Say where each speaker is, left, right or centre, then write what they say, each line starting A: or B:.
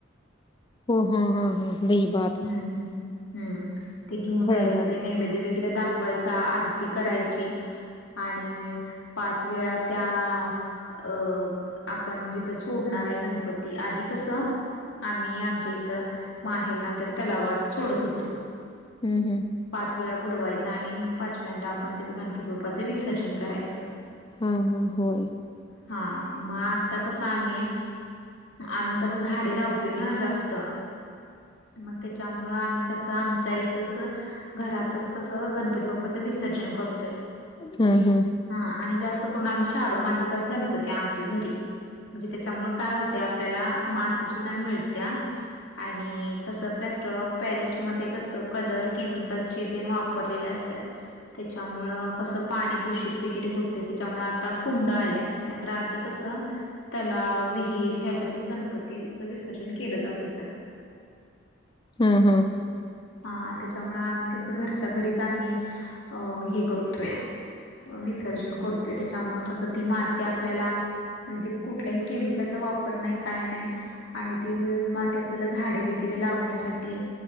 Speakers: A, on the left; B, on the left.
A: हो हा हा हा दही भात
B: हम्म हम्म ते घेऊन
A: फळं
B: जायचं ते नैवेद्य वेग दाखवायचा आरती करायची इक आणि पाच वेळा त्या अं आपण जिथं सोडणार आहे, गणपती आधी कसं आम्ही आमच्या इथं माहेरला आमच्या तलावात सोडत होतो.
A: हम् हम्
B: पाच वेळा बुडवायचा आणि पाचव्यांदा आपण ते गणपती बाप्पाचं विसर्जन करायचं
A: हं हं होय
B: हा मग आत्ता कसं आम्ही आम्ही कसं झाडे लावतोय ना जास्त मग त्याच्यामुळं आम्ही कसं आमच्या इथंचअ घरातच कसं गणपती बाप्पाचं विसर्जन करतोय
A: हं हं
B: हा आणि जास्त करून आम्ही शाडू मातीचाच गणपती आणतोय घरी म्हणजे त्याच्यामुळे काय होते आपल्याला माती सुद्धा मिळत्या आणि कसं प्लॅस्टर ऑफ पॅरिस मध्ये कसं कलर केमिकलचे तेन वापरलेले असत्यात त्याच्यामुळ कसं पाणी दूषित वगैरे होते त्याच्यामुळं त आता कुंड आल्यात नाहीतर आधी कसं तलाव विहीर ह्याच्यातच गणपतीचं विसर्जन केलं जात होतं
A: हं हं
B: हा त्याच्यामुळं आम्ही कसं घरच्या घरीच आम्ही अ हे करू विसर्जन करतोय त्याच्यामुळे कसं ती माती आपल्याला म्हणजे कुठल्याही केमिकलचा वापर नाही काय नाही आणि ते माती आपल्याला झाडे बे हिरे लावण्यासाठी